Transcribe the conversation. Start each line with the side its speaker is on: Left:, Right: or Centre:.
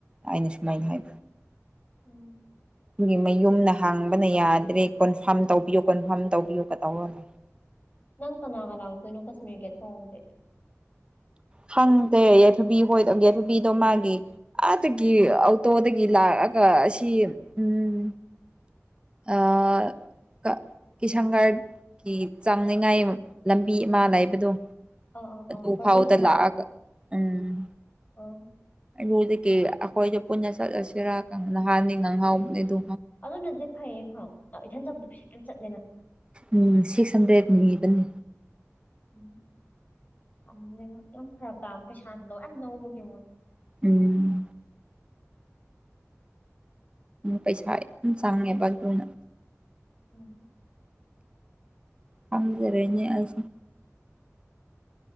Right: ꯑꯩꯅ ꯁꯨꯃꯥꯏꯅ ꯍꯥꯏꯕ
Left: ꯎꯝ
Right: ꯑꯗꯨꯒꯤ ꯃꯌꯨꯝꯅ ꯍꯥꯡꯕꯅ ꯌꯥꯗ꯭ꯔꯦ ꯀꯣꯟꯐꯥꯝ ꯇꯧꯕꯤꯌꯨ ꯀꯣꯟꯐꯥꯝ ꯇꯧꯕꯤꯌꯨ ꯀꯗꯧꯔ <inaudible>
Left: ꯅꯪ ꯀꯅꯒ ꯂꯥꯥꯛꯇꯣꯏꯅ ꯀꯁꯃꯤꯔ ꯒꯦꯠ ꯐꯎꯗꯤ
Right: ꯈꯪꯗꯦ ꯌꯥꯏꯐꯕꯤ ꯍꯣꯏ ꯌꯥꯏꯐꯕꯤꯗꯣ ꯃꯥꯒꯤ ꯑꯥꯗꯒꯤ ꯑꯣꯇꯣꯗꯒꯤ ꯂꯥꯛꯑꯒ ꯑꯁꯤ ꯎꯝ ꯑꯥ ꯀꯤꯁꯪꯒꯥꯔꯒꯤ ꯆꯥꯡꯅꯤꯉꯥꯏ ꯂꯝꯕꯤ ꯑꯃ ꯂꯩꯕꯗꯣ
Left: ꯑꯥ ꯑꯥ
Right: ꯑꯗꯨ
Left: ꯑꯥ ꯄꯔꯗꯦꯁ
Right: ꯐꯥꯎꯗ
Left: ꯃꯄꯥꯗꯨꯔꯣ
Right: ꯂꯥꯛꯑꯒ ꯎꯝ
Left: ꯑꯥ
Right: ꯑꯗꯨꯗꯀꯤ ꯑꯩꯈꯣꯏꯗꯣ ꯄꯨꯟꯅ ꯆꯠꯂꯁꯤꯔ ꯅꯍꯥꯟꯗꯤ ꯉꯥꯡꯍꯧꯕꯅꯦꯗꯣ
Left: ꯑꯗꯨꯅꯗꯤ ꯐꯩꯌꯦ ꯈꯪ ꯏꯊꯟ ꯆꯠꯄꯗꯨ ꯆꯠ
Right: ꯎꯝ ꯁꯤꯛꯁ ꯍꯟꯗ꯭ꯔꯦꯠ ꯅꯤꯕꯅꯤ
Left: ꯎꯝ ꯑꯗꯨꯅꯦꯕ ꯌꯥꯝ ꯐꯔꯛ ꯇꯥꯝꯅꯦ ꯄꯩꯁꯥꯁꯨ ꯂꯣꯏ ꯌꯥꯝ ꯂꯧꯕꯒꯤ ꯃꯨꯛ
Right: ꯎꯝ ꯄꯩꯁꯥ ꯌꯥꯝ ꯆꯪꯉꯦꯕ ꯑꯗꯨꯅ
Left: ꯎꯝ
Right: ꯈꯪꯗꯔꯦꯅꯦ ꯑꯩꯁꯨ